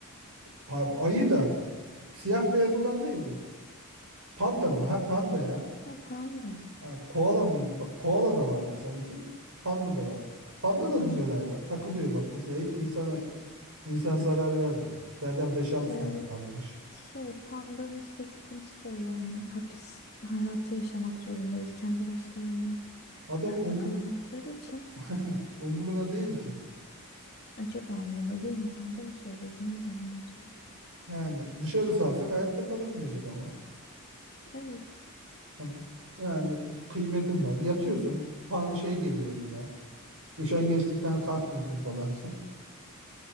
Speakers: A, on the right; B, on the left.
A: A- Ayı da. Siyah beyaz olan neydi? Panda mı? Ha panda ya.
B: Ha, panda.
A: Ha, koala mıydı? Pa- Koala da vardı sanki. Panda da var. Panda da güzel hayvan. Takılıyor bak mesela hiç insana insan zarar vermiyor. Zaten beş altı
B: Ya
A: tane kalmış.
B: şey pandanın işte sıkıntısı o yani hapis hayatı yaşamak zorundayız kendi başlarına.
A: Adam
B: Hayatta
A: umur,
B: kalamadıkları için
A: <laughs> umuruna değil ki.
B: acaba umurunda değil mi? Panda mı söyledi? Nereden biliyorsun?
A: Yani dışarı salsak hayatta kalamayacak ama.
B: Evet.
A: Yani bir, yani bir kıymetin var. Yatıyorsun, pan şey geliyor önüne. Üşengeçlikten kalkmıyorsun falan. <laughs>